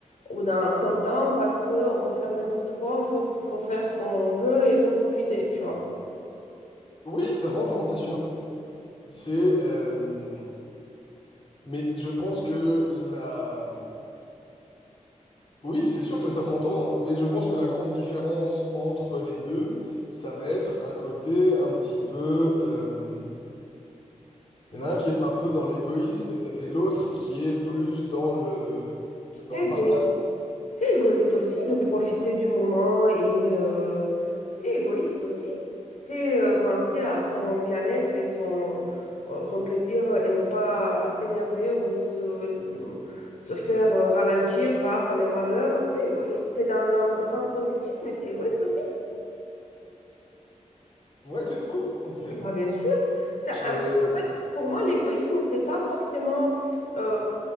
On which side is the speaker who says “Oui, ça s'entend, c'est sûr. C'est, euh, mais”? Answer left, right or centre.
Left